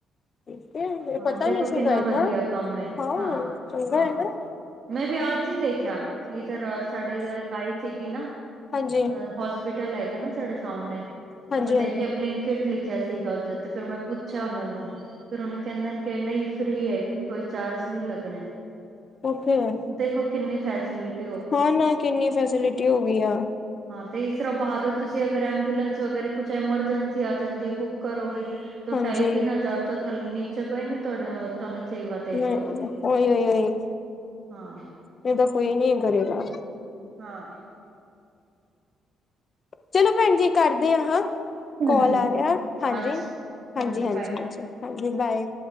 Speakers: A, on the left (about 40°); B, on the right (about 55°).
A: ਠੀਕ ਹੈ
B: ਹਾਂ
A: ਪਤਾ
B: ਦੇਖੋ,
A: ਨਹੀਂ ਸੀਗਾ
B: ਕਿੰਨਾ
A: ਇਹ
B: ਵਧੀਆ
A: ਤਾਂ
B: ਕੰਮ ਏ,
A: ਹਾਂ
B: ਹਾਂ-ਹਾਂ।
A: ਚੰਗਾ ਹੈ ਨਾ
B: ਮੈਂ ਵੀ ਅੱਜ ਹੀ ਦੇਖਿਆ, ਇਧਰ ਸਾਡੇ ਇਧਰ ਇੱਕ ਆਈ ਸੀਗੀ ਨਾ।
A: ਹਾਂਜੀ
B: ਹੋਸਪੀਟਲ ਹੈਗਾ ਨਾ ਸਾਡੇ ਸਾਹਮਣੇ,
A: ਹਾਂਜੀ
B: ਤਾਂ ਮੈਂ
A: ਹਾਂਜੀ
B: ਦੇਖਿਆ ਬਲਿੰਕਿਟ ਲਿਖਿਆ ਸੀਗਾ ਉਸਦੇ ਉੱਤੇ, ਫਿਰ ਮੈਂ ਪੁੱਛਿਆ ਉਹਨਾਂ ਨੂੰ। ਫਿਰ ਉਹਨੇ ਕਹਿੰਦਾ ਕਿ ਨਈ ਫ੍ਰਰੀ ਐ, ਇਸ ਤੇ ਕੋਈ ਚਾਰਜ ਨੀ ਲਗਣੇ।
A: ਓਕੇੇ ਐ।
B: ਦੇਖੋ ਕਿੰਨੇ ਫੈਸਲਿਟ
A: ਹੁਣ ਕਿੰਨੀ ਫੈਸੀਲਿਟੀ ਹੋ ਗਈ ਆ।
B: ਹਾਂ, ਤੇ ਇਸ ਤਰ੍ਹਾਂ ਬਾਹਰੋ ਤੁਸੀਂ ਅਗਰ ਐਬੂਲੈਂਸ ਵਗੈਰਾ ਕੁਛ ਐਮਰਜੈਂਸੀ ਆ ਜਾਂਦੀ ਏ, ਬੁੱਕ ਕਰੋਗੇ ਤੇ
A: ਹਾਂਜੀ
B: ਢਾਈ-ਤਿੰਨ ਹਜ਼ਾਰ ਤੋਂ ਥੱਲੇ ਨੀਚੇ ਕੋਈ ਨੀ ਤੁਹਾਡੇ, ਤੁਹਾਨੂੰ ਸੇਵਾ ਦੇਗਾ
A: ਹੂੰ,
B: ਉਸਦੀ
A: ਓਹੀ-ਓਹੀ,
B: ਹਾਂ
A: ਇਹ ਤਾਂ ਕੋਈ ਨਹੀਂ ਕਰੇਗਾ।
B: ਹਾਂ।
A: ਚਲੋ ਭੈਣ ਜੀ, ਕਰਦੇ ਆ ਹਾਂ।
B: ਹਾਂਜੀ
A: ਕੌਲ ਆ ਰਿਹਾ, ਹਾਂਜੀ-ਹਾਂਜੀ-ਹਾਂਜੀ-ਹਾਂਜੀ-ਹਾਂਜੀ,
B: ਹਾਂਜੀ ਹਾਂਜੀ ਬਾਏ
A: ਬਾਏ।